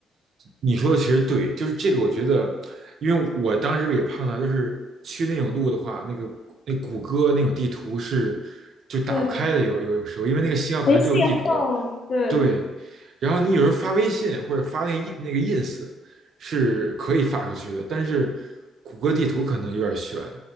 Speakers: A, on the right; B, on the left.
A: 你说的其实对，就是这个，我觉得，因为我当时也碰到，就是去那种路的话，那个那谷歌那种地图是就打不开的，
B: <laughs> 对，
A: 有有有时候，因为那个信号可能只有一格，
B: 没信号，对，
A: 对。然后你有时候发微信或者发那个 i 那个 ins 是可以发出去的，但是谷歌地图可能有点悬，